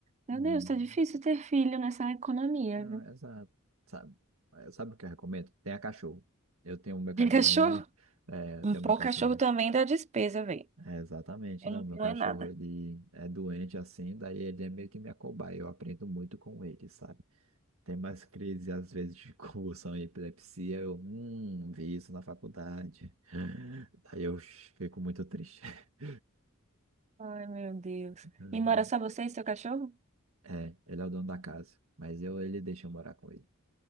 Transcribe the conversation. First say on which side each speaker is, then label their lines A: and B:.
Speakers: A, on the right; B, on the right.
A: meu
B: Hum.
A: Deus, tá difícil ter filho nessa economia,
B: Não,
A: viu?
B: é exato. Sabe, sabe o que eu recomendo? Tenha cachorro. Eu tenho
A: <laughs>
B: o meu cachorrinho,
A: Tem cachorro?
B: <laughs> é, eu
A: Um
B: tenho
A: pô,
B: o meu cachorro.
A: cachorro também dá despesa, velho.
B: É, exatamente.
A: Eu
B: Não,
A: não tenho
B: meu cachorro,
A: é nada.
B: ele é doente assim, daí ele é meio que minha cobaia. Eu aprendo muito com ele, sabe? Tem mais crises, às vezes, de <laughs> convulsão e epilepsia. Eu, hum, vi isso na faculdade. Daí eu fico muito triste. <laughs>
A: Ai, meu Deus.
B: Uhum.
A: E mora só você e seu cachorro?
B: É, ele é o dono da casa, mas eu, ele deixa eu morar com ele.